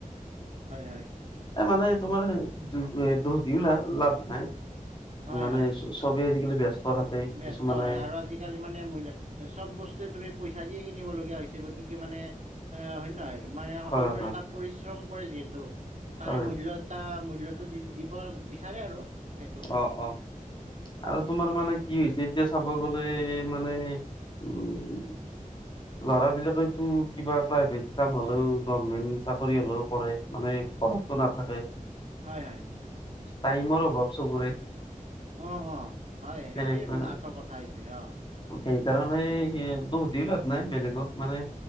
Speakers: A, on the right; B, on the left.
A: হয় হয়।
B: এ মানে তোমাৰ দুখ দিও লা লাভ নাই
A: হয়
B: মানেছ
A: হয়
B: চবেই আজিকালি ব্যস্ত থাকে
A: ব্যস্ত
B: কিছুমানে
A: হয় আৰু আজি আজিকালি মানে মহিলা চব বস্তুৱে তুমি পইচা দিয়ে কিনিব লগীয়া হৈছে গতিকে মানে এ হয় নহয় মানে সকলোৰে
B: হয় হয়
A: এটা পৰিশ্ৰম কৰে যিহেতু তাৰে
B: হয়
A: মূল্যত টা মূল্যটো দি দিব বিচাৰে আৰু সেইটো
B: অ, অ। আৰু তোমাৰ মানে কি হৈছে এতিয়া চাব গলে মানে উম
A: <inaudible>
B: ল'ৰাবিলাকেতো কিবা প্ৰাইভেট কাম হলেও গভমেন্ট চাকৰি হলেও কৰে মানে ত নাথাকে।
A: হয় হয়।
B: টাইমৰ অভাৱ চবৰে।
A: অ অ হয়
B: তেনেকুৱা
A: সেইটোৱে আচল কথা হৈছে অ।
B: সেইকাৰণে দুখদি লাভ নাই বেলেগক মানে